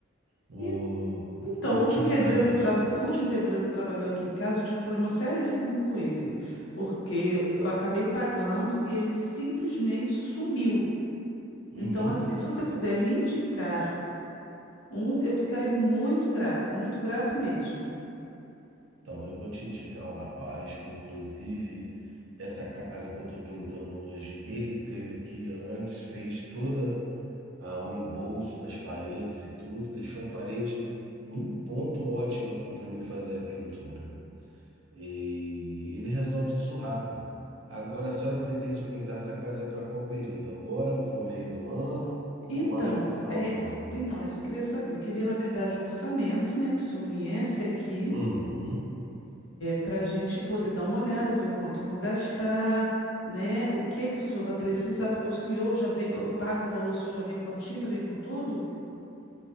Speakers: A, on the right (about 80°); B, on the left (about 75°).
A: O,
B: En- Então,
A: o
B: o
A: que
B: último pedreiro
A: que tá aí no
B: que traba-
A: seu crono?
B: o último pedreiro que trabalhou aqui em casa, eu tive um problema seríssimo com ele, porque eu acabei pagando e ele simplesmente sumiu.
A: Uhum.
B: Então, assim, se você puder me indicar um, eu ficarei muito grata, muito grata mesmo.
A: Então, eu vou te indicar um rapaz que, inclusive, essa casa que eu estou pintando hoje, ele teve aqui antes, fez toda a, o embolso das paredes e tudo, deixou a parede num ponto ótimo aqui para mim fazer a pintura. E ele resolve isso rápido. Agora, a senhora pretende pintar essa casa para qual período? Agora, para o meio do ano
B: Então,
A: ou mais para o final
B: é,
A: do ano?
B: então, é isso que eu queria saber. Eu queria, na verdade, o orçamento, né, que o senhor viesse aqui
A: Uhum.
B: para a gente poder dar uma olhada, ver o quanto eu vou gastar, né? O que que o senhor vai precisar, porque o senhor já vem, eu pago o valor, o senhor já vem com a tinta, vem com tudo?